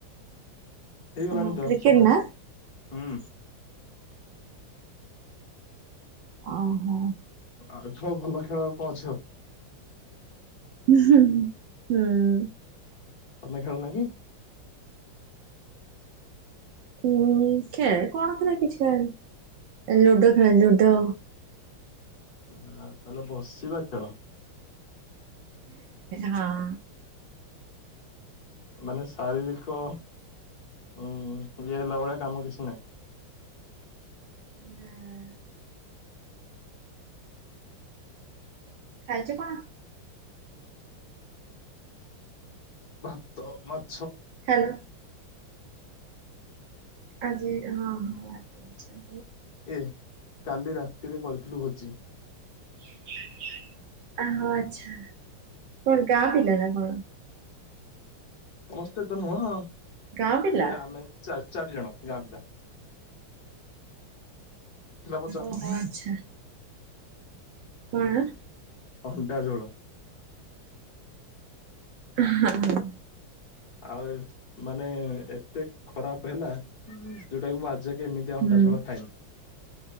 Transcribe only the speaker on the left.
ହେଇଗଲାଣି
ତ
ସମୟ
ହୁଁ।
ଆଠୁ ଆଉ ଭଲ ଖେଳ କଣ ଅଛ ଆଉ।
ତମେ ଖେଳନା କି?
ଉ ତାହେଲେ ବସିବା ଖେଳ।
ମାନେ ଶାରୀରିକ ଉ ଇଏ ହେଲା ଭଳିଆ କାମ କିଛି ନାହିଁ।
ଭାତ ମତ
ଏ କାଲି ରାତି ରେ କରିଥିଲୁ ଭୋଜି
ସମସ୍ତେତ ନୁହଁ
ଏ ଆମେ ଚାର ଚାରି ଜଣ ଗାଁ ପିିଲା, ପଚାରୁନ
ଅଣ୍ଡା ଝୋଳ
ଆଉ ମାନେ ଏତେ ଖରାପ ହେଲା ଯୋଉଟା କି ମୁଁ ଆଜି ଯାଏ କେମିତିଆ
ଅଣ୍ଡା ଝୋଳ ଖାଇନି,